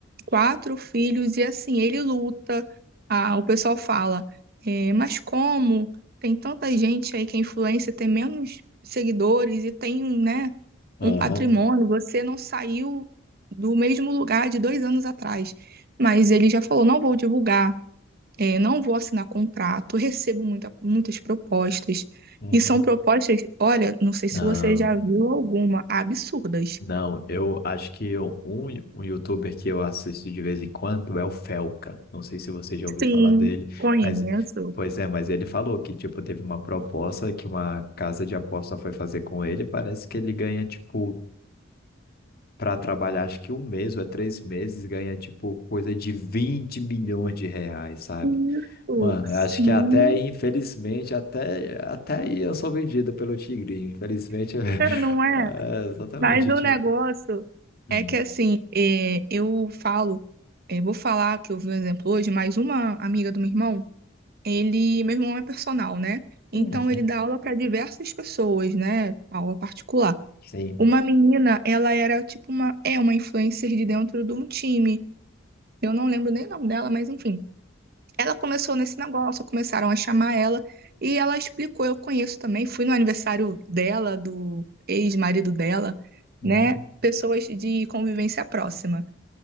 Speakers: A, on the right (about 50°); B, on the left (about 50°).
A: quatro filhos, e assim, ele luta. Ah, o pessoal fala, é, mas como tem tanta gente aí que é influencer, tem menos seguidores e tem, né,
B: Aham.
A: um patrimônio, você não saiu do mesmo lugar de dois anos atrás. Mas ele já falou: não vou divulgar, eh, não vou assinar contrato, recebo muita, muitas propostas.
B: Uhum.
A: E são propostas, olha, não sei se
B: Não.
A: você já viu alguma, absurdas.
B: Não, eu acho que um, um youtuber que eu assisto de vez em quando é o Felca. Não sei se você já ouviu
A: Sim,
B: falar dele,
A: conheço.
B: mas pois é, mas ele falou que tipo teve uma proposta que uma casa de aposta foi fazer com ele. Parece que ele ganha tipo para trabalhar acho que um mês ou é três meses ganha tipo coisa de 20 milhões de reais, sabe?
A: Isso,
B: Mano,
A: sim,
B: eu acho que até aí, infelizmente, até, até aí eu sou vendido pelo Tigrinho. Infelizmente, eu- <laughs> é,
A: é, não é?
B: exatamente.
A: Mas o
B: Tipo...
A: negócio
B: Hum.
A: é que assim, eh, eu falo, eh, vou falar que eu vi um exemplo hoje, mas uma amiga do meu irmão, ele, meu irmão é personal, né? Então
B: Uhum.
A: ele dá aula para diversas pessoas, né? Aula particular.
B: Sim.
A: Uma menina, ela era tipo uma, é uma influencer de dentro de um time. Eu não lembro nem o nome dela, mas enfim. Ela começou nesse negócio, começaram a chamar ela e ela explicou, eu conheço também, fui no aniversário dela, do ex-marido dela,
B: Uhum.
A: né? Pessoas de convivência próxima.